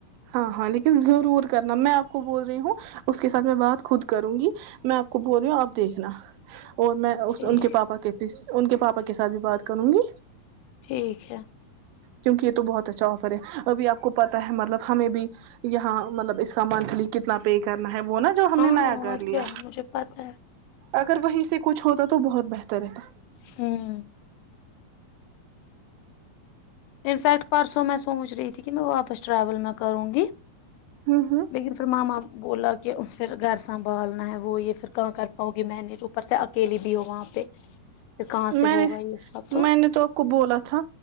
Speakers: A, on the right; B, on the left.
A: ہاں ہاں لیکن ضرور کرنا میں کو بول رہی ہوں اس کے ساتھ میں بات خود کروں گی میں آپ کو بول رہی ہوں آپ دیکھنا اور میں
B: ٹھیک
A: ان کے پاپا کے ان کے پاپا پپا کے ساتھ بھی بات کروں گی
B: ٹھیک ہے
A: کیونکہ یہ تو بہت اچھا آفر ہے ابھی آپ کو پتا ہے مطلب ہمیں بھی یہاں مطلب اس کا مکان کے لیے کتنا پے کرنا ہے وہ نا جو ہم
B: ہاں
A: نے نیا
B: اور
A: گھر لیا
B: کیا مجھے پتا ہے
A: اگر وہیں سے کچھ ہوتا تو بہت بہتر رہتا
B: ہوں انفیکٹ پرسوں میں سوچ رہی تھی کہ میں واپس ٹریول میں کروں گی
A: ہ ہ
B: لیکن پھر مم آپ بولا کہ پھر گھر سنبھالنا ہے وہ یہ پھر کہاں کر پاؤ گی میں نے جو اوپر سے اکیلی بھی ہو وہاں پہ پھر کہاں سے
A: میں
B: ہوگا
A: نے
B: یہ سب
A: میں نے تو آ کو بولا تھا